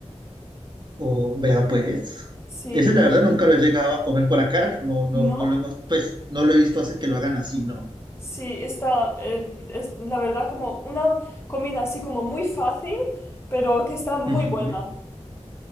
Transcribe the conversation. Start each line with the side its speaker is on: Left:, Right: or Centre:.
Right: O vea pues.
Left: Sí,
Right: Ese la verdad nunca lo he llegado a comer por acá. No, no,
Left: ¿no?
Right: no lo hemos, pues no lo he visto hace que lo hagan así, no.
Left: Sí, está, eh, es la verdad como una comida así como muy fácil, pero que está muy
Right: Ujú,
Left: buena.